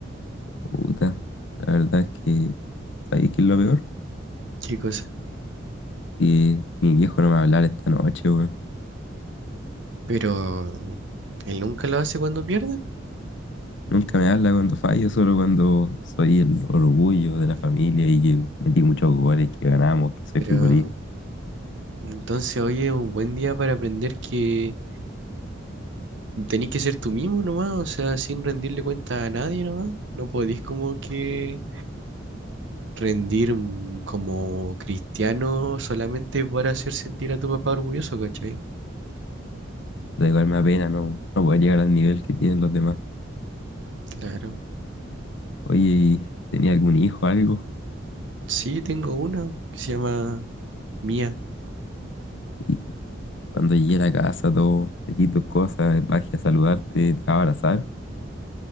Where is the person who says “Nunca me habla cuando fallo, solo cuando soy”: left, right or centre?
Left